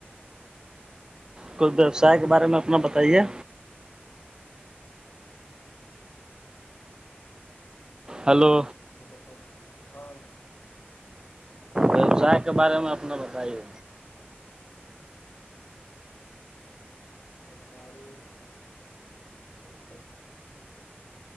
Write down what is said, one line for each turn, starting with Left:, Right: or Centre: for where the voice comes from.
Right: کوئی ویوسائے کے بارے میں اپنا بتائیے ہلو
Left: ا سا ہاں
Right: ووسائے کے بارے میں اپنا بتائیے
Left: اور ب